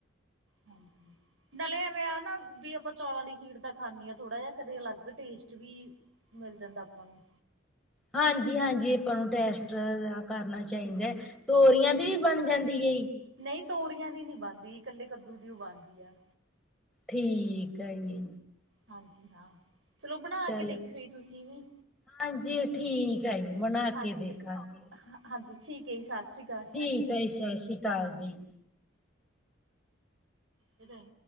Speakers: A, on the right; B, in the centre.
A: ਹਾਂਜੀ। ਨਾਲੇ ਐਵੇਂ ਆ ਨਾ ਵੀ ਆਪਾਂ ਚੌਲਾਂ ਦੀ ਖੀਰ ਦਾ ਖਾਂਣੀ ਆ, ਥੋੜਾ ਜਾਹਾ ਕਦੇ ਅਲੱਗ ਟੇਸਟ ਵੀ- ਮਿਲ ਜਾਂਦਾ ਆਪਾਂ ਨੂੰ।
B: ਹਾਂਜੀ, ਹਾਂਜੀ ਆਪਾਂ ਨੂੰ ਟੈਸਟ ਕਰਨਾ ਚਾਹੀਦਾ ਹੈ। ਤੋਰੀਆਂ ਦੀ ਵੀ ਬਣ ਜਾਂਦੀ ਹੈ?
A: ਨਹੀਂ, ਤੋਰੀਆਂ ਦੀ ਨੀ ਬਣਦੀ ਕੱਲੇ ਕੱਦੂ ਦੀਉ ਬਣਦੀ ਆ।
B: ਠੀਕ ਆ ਜੀ।
A: ਹਾਂਜੀ, ਹਾਂ ਚਲੋ ਬਣਾ
B: ਚਲੋ
A: ਕੇ ਦੇਖੋ ਤੁਸੀਂ ਵੀ।
B: ਹਾਂਜੀ, ਠੀਕ ਆ ਜੀ ਬਣਾ ਕੇ
A: ਹਾਂਜੀ।
B: ਦੇਖਾਂਗੇ।
A: ਚ ਹਾਂਜੀ ਠੀਕ ਹੈ ਜੀ। ਸਤਿ ਸ਼੍ਰੀ ਅਕਾਲ।
B: ਠੀਕ ਹੈ ਜੀ, ਸਤਿ ਸ਼੍ਰੀ ਅਕਾਲ ਜੀ।
A: ਇਹਦਾ-